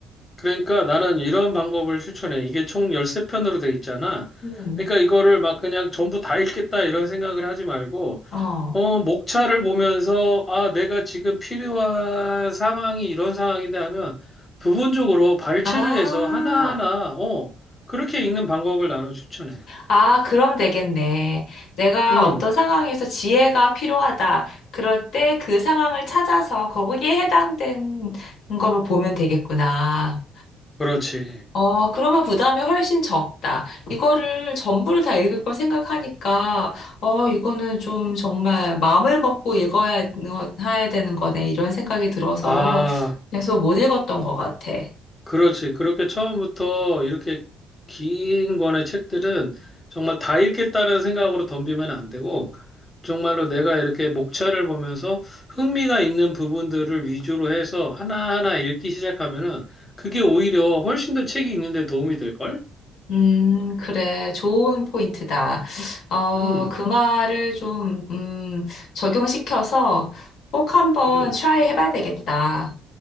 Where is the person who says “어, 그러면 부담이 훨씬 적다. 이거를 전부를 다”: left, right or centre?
Left